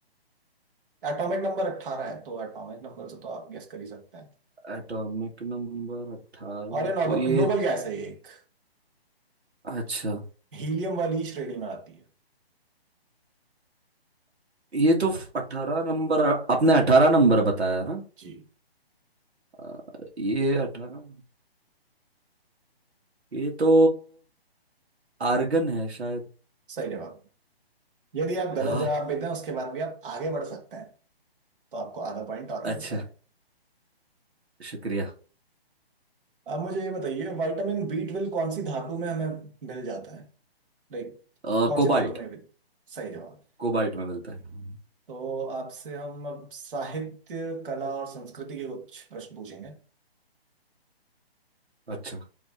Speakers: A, on the right; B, on the right.
A: एटॉमिक नंबर 18 है तो एटॉमिक नंबर से तो आप गेस कर ही सकते हैं
B: एटॉमिक नंबर अठारह
A: और ये नोबल
B: तो ये
A: नोबल गैस है ये एक
B: अच्छा
A: हीलियम वाली श्रेणी में आती है
B: ये तो अठारह नंबर आपने अठारह नंबर बताया ना
A: जी
B: अ, ये अठारह ये तो आर्गन है शायद
A: सही जवाब यदि आप गलत
B: हाँ
A: जवाब देते हैं उसके बाद भी आप आगे बढ़ सकते हैं तो आपको आधा पॉइंट और
B: अच्छा
A: मिलता है
B: शुक्रिया
A: अब मुझे ये बताइए विटामिन बी ट्वेल्व कौन सी धातु में हमें मिल जाता है लाइक
B: अ,
A: कौन
B: कोबाल्ट
A: सी धातु में भी- सही जवाब
B: कोबाल्ट में मिलता है
A: तो आपसे हम अब साहित्य कला और संस्कृति के कुछ प्रश्न पूछेंगे
B: अच्छा